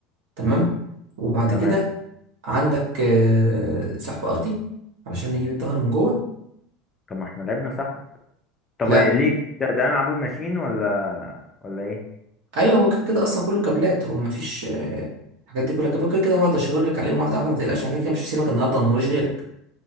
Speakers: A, on the right; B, on the left.
A: تمام وبعد
B: تمام
A: كده عندك آه، سحب ارضي علشان نجيب الظهر من جوه
B: طب ما احنا لعبنا صح طب
A: لا
B: إيه ليه ده, ده هنلعبه ماشين ولا ولا ايه
A: ايوه هو كده كده اصلا كله كابلات هو مفيش آه، الحاجات دي كلها كابلات كده كده هقعد اشاور لك عليهم واحده واحده ما تقلقش انا كده كده مش هسيبك النهارده انا موريش غيرك